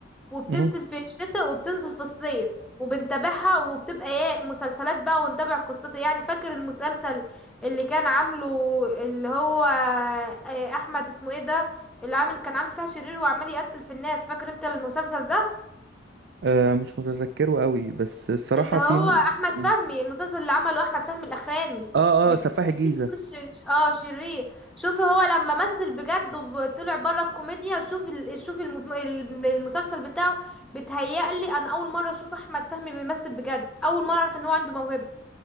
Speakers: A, in the centre; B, on the right.
A: وبتنزل
B: امم
A: في الشتاء وبتنزل في الصيف وبنتابعها وبتبقى ايه مسلسلات بقى ونتابع قصتها يعني فاكر المسلسل اللي كان عامله اللي هو آه، احمد اسمه ايه ده اللي عامل كان عامل فيها شرير وعمال يقتل في الناس فاكر انت المسلسل ده
B: آه مش متذكره قوي بس الصراحة
A: اللي هو
B: في
A: احمد
B: مم.
A: فهمي المسلسل اللي عمله احمد فهمي الاخراني
B: اه
A: اللي
B: اه سفاح
A: كان
B: الجيزة
A: فيه دور شر- اه شرير شوفي هو لما مثل بجد وطلع بره الكوميديا شوفي ال- شوفي الم- الم- المسلسل بتاعه بتهيألي انا اول مره اشوف احمد فهمي بيمثل بجد اول مره اعرف ان هو عنده موهبه